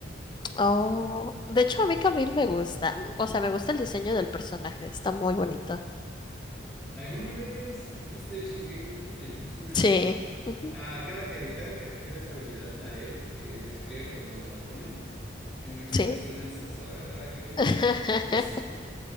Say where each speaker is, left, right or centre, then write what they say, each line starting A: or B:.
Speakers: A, on the left; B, in the centre.
A: Oh, de hecho, a mí Camille me gusta. mm, O sea, me gusta el diseño del personaje, está muy bonito.
B: ¿Alguna vez viste Shingeki no Kyojin? Es un anime.
A: Sí, ujú,
B: Ah, cada que, cada que activo esa habilidad, la E, que despliega como los arpones, en mi mente
A: sí.
B: suena el Sasageyo.
A: <laughs>
B: Entonces,